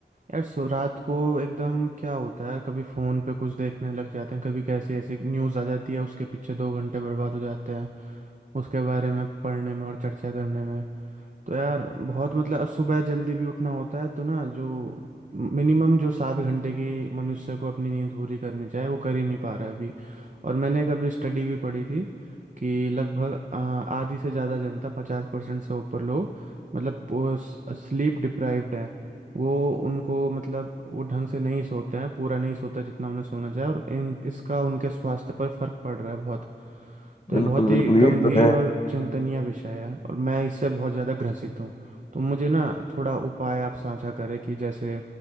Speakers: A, on the right; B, on the left.
A: यार सो रात को एकदम क्या होता है कभी फ़ोन पे कुछ देखने लग जाते हैं कभी कैसी ऐसी न्यूज़ आ जाती है उसके पीछे दो घंटे बर्बाद हो जाते हैं उसके बारे में पढ़ने में और चर्चा करने में तो यार बहुत मतलब अब सुबह जल्दी भी उठना होता है तो ना जो मिनिमम जो सात घंटे की मनुष्य को अपनी नींद पूरी करनी चाहिए वो कर ही नहीं पा रहा है अभी और मैंने कभी स्टडी भी पढ़ी थी कि लगभग आ, आधी से ज़्यादा जनता पचास परसेंट से ऊपर लोग मतलब स्लीप डिप्राइव्ड हैं वो उनको मतलब वो ढंग से नहीं सोते हैं पूरा नहीं सोता जितना उन्हें सोना चाहिए और इन इसका उनके स्वास्थ्य पर फर्क पड़ रहा है बहुत तो ये
B: बिल्कुल
A: बहुत ही
B: बिल्कुल
A: गंभीर
B: ये तो है
A: और चिंतनीय विषय है और मैं इससे बहुत ज़्यादा ग्रसित हूँ तो मुझे ना थोड़ा उपाय आप साझा करें कि जैसे